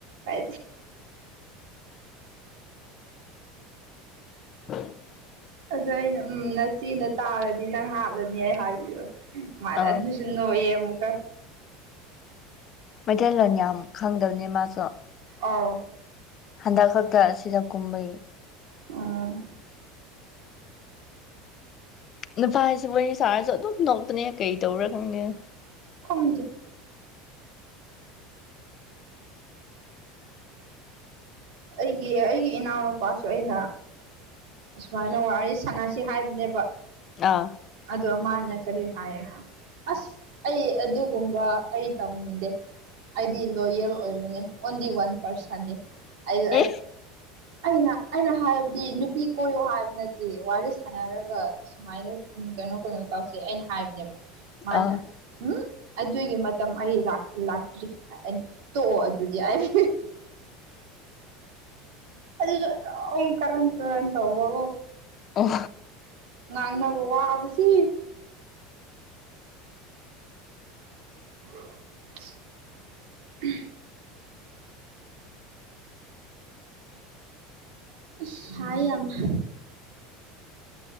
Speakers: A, on the right; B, on the left.
A: ꯀꯥꯏ
B: <inaudible>
A: ꯑꯗꯨꯗ ꯑꯩꯅ ꯎꯝ ꯅꯆꯦꯅ ꯇꯥꯔꯗꯤ ꯅꯪ ꯍꯥꯠꯂꯅꯤ ꯑꯩ ꯍꯥꯏꯕꯤꯌꯨ ꯃꯥꯖꯥ
B: ꯑꯥ
A: ꯁꯟ ꯅꯌꯦ ꯑꯃꯨꯀ
B: ꯃꯩꯇꯩꯂꯣꯟ ꯌꯥꯝ ꯈꯪꯗꯕꯅꯤ ꯃꯥꯁꯨ
A: ꯑꯥꯎ
B: ꯍꯟꯗꯛ ꯈꯛꯇ ꯁꯤꯗ ꯀꯨꯝꯕꯩ
A: ꯎꯝ
B: ꯅꯨꯄꯥ ꯍꯥꯏꯁꯤ ꯃꯣꯏꯅꯤ ꯁꯥꯔꯁꯨ ꯑꯗꯨꯝ ꯅꯣꯛꯇꯅꯦ ꯀꯩ ꯇꯧꯕꯔꯥ ꯈꯪꯗꯦꯅ
A: ꯈꯪꯖ ꯑꯩꯒꯤ ꯑꯩꯒꯤ ꯏꯅꯥꯎꯅꯨꯄꯥꯁꯨ ꯑꯩꯅ ꯑꯁꯨꯃꯥꯏꯅ ꯋꯥꯔꯤ ꯁꯥꯟꯅꯁꯤ ꯍꯥꯏꯕꯅꯦꯕ
B: ꯑꯥ
A: ꯑꯗꯣ ꯃꯥꯅꯤ ꯀꯔꯤ ꯍꯥꯏꯣ ꯑꯁ ꯑꯩ ꯑꯗꯨꯒꯨꯝꯕ ꯑꯩ ꯇꯧꯅꯤꯡꯗꯦ ꯑꯩꯗꯤ ꯂꯣꯌꯦꯜ ꯑꯣꯏꯕꯅꯦ ꯑꯣꯟꯂꯤ ꯋꯥꯟ ꯄꯥꯔꯁꯟꯅꯤ ꯑꯩ
B: ꯑꯦ
A: ꯑꯩꯅ ꯑꯩꯅ ꯍꯥꯏꯕꯗꯤ ꯅꯨꯄꯤ ꯀꯣꯏꯌꯣ ꯍꯥꯏꯕ ꯅꯠꯇꯦ ꯋꯥꯔꯤ ꯁꯥꯟꯅꯔꯒ ꯁꯨꯃꯥꯏꯅ ꯎꯝ ꯀꯩꯅꯣ ꯀꯩꯅꯣ ꯇꯧꯁꯦ ꯑꯩꯅ ꯍꯥꯏꯕꯅꯦꯕ ꯃꯥꯅ
B: ꯑꯥ
A: ꯎꯝ ꯑꯗꯨꯒꯤ ꯃꯇꯝ ꯑꯩ ꯂꯥꯛꯇ꯭ꯔꯤ ꯇꯣꯛꯑꯣ ꯑꯗꯨꯗꯤ ꯑꯩ ꯑꯗꯨ ꯀꯔ ꯇ ꯇꯧꯔ ꯇ ꯋꯥ
B: ꯑꯣ
A: ꯉꯥꯡꯅꯕ ꯋꯥꯕꯁꯤ <inaudible> ꯁꯔ ꯌꯥꯝꯅ